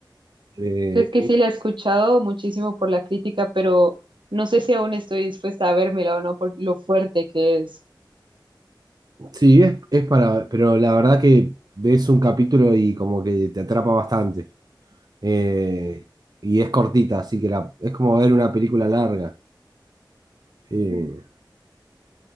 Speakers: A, on the right; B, on the right.
A: Eh,
B: Es que
A: y-
B: sí la he escuchado muchísimo por la crítica, pero no sé si aún estoy dispuesta a vérmela o no por lo fuerte que es.
A: Sí, es, es para, pero la verdad que ves un capítulo y como que te atrapa bastante. Eh, y es cortita, así que la, es como ver una película larga. Eh,
B: Mm.